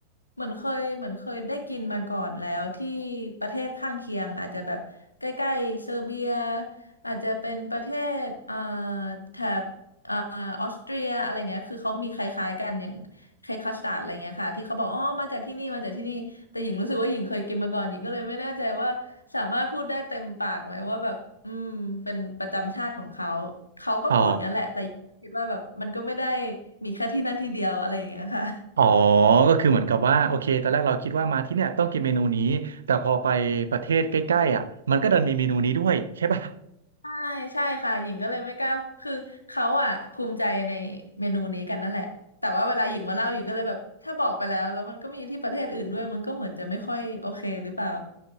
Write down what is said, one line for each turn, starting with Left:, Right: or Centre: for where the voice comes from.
Left: เหมือนเคยเหมือนเคยได้กินมาก่อนแล้วที่ประเทศข้างเคียงอาจจะแบบใกล้ๆเซอร์เบียอาจจะเป็นประเทศเอ่อแถบ เอ่อออสเตรียอะไรเงี้ยคือเขามีคล้ายๆกันอย่างเค้กคัสตาร์ดอะไรเงี้ยค่ะที่เขาบอกอ๋อมาจากที่นี่มาจากที่นี่แต่หญิงรู้สึกว่าหญิงเคยกินมาก่อนหญิงก็เลยไม่แน่ใจว่าสามารถพูดได้เต็มปากไหมว่าแบบอืมเป็นประจำชาติของเขาเขาก็พูดงั้นแหละแต่หญิงคิดว่าแบบมันก็ไม่ได้
Right: <laughs> อ๋อ
Left: มีแค่ที่นั่นที่เดียวอะไรอย่างเงี้ยค่ะ
Right: อ๋อก็คือเหมือนกับว่าโอเคตอนแรกเราคิดว่ามาที่เนี่ยต้องกินเมนูนี้แต่พอไปประเทศใกล้ๆอ่ะมันก็ดันมีเมนูนี้ด้วยใช่ป่ะ
Left: ใช่ใช่ค่ะหญิงก็เลยไม่กล้าคือเขาอ่ะภูมิใจในเมนูนี้กันนั่นแหละแต่ว่าเวลาหญิงมาเล่าหญิงก็เลยแบบถ้าบอกไปแล้วแล้วมันก็มีที่ประเทศอื่นด้วยมันก็เหมือนจะไม่ค่อยโอเคหรือเปล่า